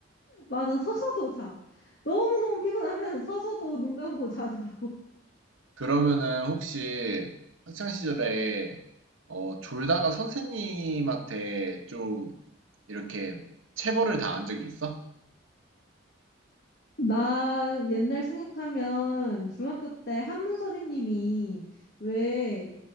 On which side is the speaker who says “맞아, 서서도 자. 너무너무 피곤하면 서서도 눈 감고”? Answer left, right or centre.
Left